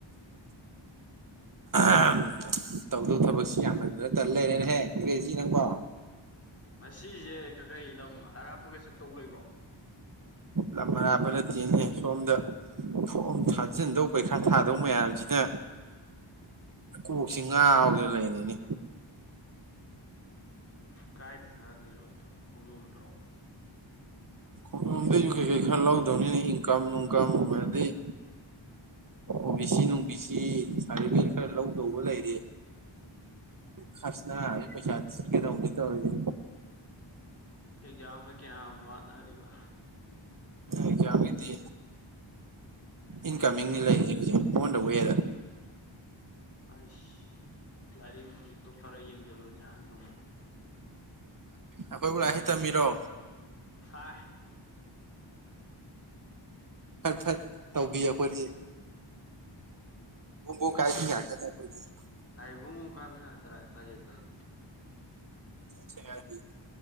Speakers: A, on the right (about 40°); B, on the left (about 30°).
A: ꯑꯥꯝ ꯇꯧꯗꯧ ꯊꯕꯛꯁꯤ ꯌꯥꯝꯃꯟꯗꯅ ꯇꯟ ꯂꯩꯔꯦꯅꯦꯍꯦ ꯏꯔꯦꯁꯤ ꯅꯪꯕꯣ
B: ꯉꯥꯁꯤꯁꯦ ꯀꯀꯩ ꯂꯝ ꯑꯔꯥꯞꯄꯒ ꯆꯠꯇꯧꯕ ꯂꯩꯕ꯭ꯔꯣ
A: ꯂꯝ ꯑꯔꯥꯄ ꯅꯇꯦꯅꯦꯍꯦꯁꯣꯝꯗ ꯐꯣꯝ ꯊꯥꯖꯤꯟꯗꯧ ꯄꯩꯈꯥ ꯊꯥꯗꯧ ꯃꯌꯥꯝꯖꯤꯗ ꯀꯣꯛꯁꯤ
B: ꯑꯧ
A: ꯉꯥꯥꯎꯗꯅꯥ ꯂꯩꯔꯤꯅꯦ
B: ꯀꯥꯏꯗ ꯊꯥꯖꯟꯗꯣꯏꯅꯣ ꯈꯣꯡꯖꯣꯝꯗ꯭ꯔꯣ
A: ꯈꯣꯡꯂꯣꯝꯗꯩꯁꯨ ꯀꯩꯀꯩ ꯈꯔ ꯂꯧꯗꯧꯅꯤꯅ ꯏꯪꯀꯝ ꯅꯨꯡꯀꯝ ꯑꯗꯩ ꯑꯣ ꯕꯤ ꯁꯤ ꯅꯨꯡ ꯕꯤ ꯁꯤ ꯁꯥꯔꯇꯤꯐꯤꯀꯦꯠ ꯈꯔ ꯂꯧꯗꯧꯕ ꯂꯩꯔꯤ ꯈꯥꯁꯅ ꯄꯩꯁꯥ ꯊꯤꯒꯗꯕꯅꯦ ꯇꯧꯔꯤꯁꯦ
B: ꯑꯦꯛꯖꯥꯝꯅ ꯀꯌꯥꯝ ꯋꯥꯠꯅꯔꯤꯕ
A: ꯑꯦꯛꯖꯥꯝꯒꯤꯗꯤ ꯏꯟꯀꯝꯃꯤꯡꯅꯤ ꯂꯩꯔꯤꯁꯦ ꯑꯣꯟ ꯗ ꯋꯦꯗ
B: ꯑꯩꯁ ꯂꯥꯏꯔꯤꯡ ꯅꯨꯡꯂꯤꯛ ꯇꯣ ꯈꯔ ꯌꯦꯡꯖꯜꯂꯨꯅꯦ ꯍꯟꯗꯛꯃꯨꯛ
A: ꯑꯈꯣꯏꯕꯨ ꯂꯥꯏꯔꯤꯛ ꯍꯩꯇꯕ ꯃꯤꯔꯣ
B: ꯍ
A: ꯐꯠ ꯐꯠ ꯇꯧꯕꯤ ꯑꯩꯈꯣꯏꯗꯤ ꯕꯣꯝꯕꯣ ꯀꯥꯏꯕꯤ ꯉꯥꯛꯇꯅꯤ ꯑꯩꯈꯣꯏꯗꯤ ꯊꯤ
B: ꯍꯥꯏ ꯏꯕꯨꯡꯉꯣ ꯀꯥꯕꯤ ꯇꯔ <unintelligible> ꯐꯖꯩꯐꯖꯩ
A: ꯁꯦꯒꯥꯢꯕꯤ